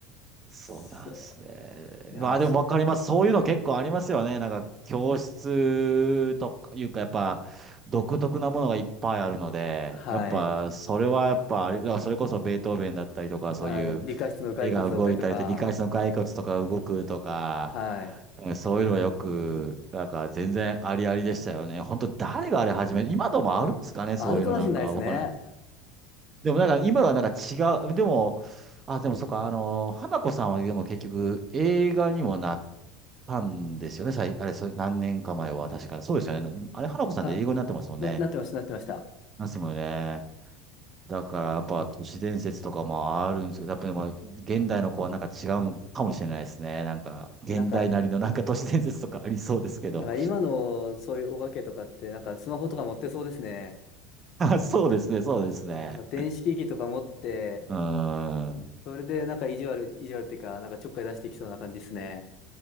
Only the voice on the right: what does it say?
そうなんですね。
まあでもわかります。
そういうの結構ありますよね。なんか教室とかいうかやっぱ独特なものがいっぱいあるので、
やっぱそれはやっぱあれ、だからそれこそベートーベンだったりとかそういう
絵が動いたりで理解室の骸骨とか動くとか、
えそういうのはよく、なんか全然ありありでしたよね。本当誰があれ始め、今でもあるんですかね、
そういうのなんか。
わからんでもなんか今はなんか違う、でも、あ、でもそうか、あの、花子さんはでも結局映画にもなったんですよね、さい、あれ、そう、何年か前は確か。そうですよね。なあれ、花子さんって英語になってますもんね。
なってますもんね。だからやっぱ都市伝説とかもあるんですけど、やっぱりまあ現代の子はなんか違うかもしれないですね。なんか現代なりのなんか都市伝説とかありそうですけど。
<laughs> あ、そうですね、そうですね。
うーん。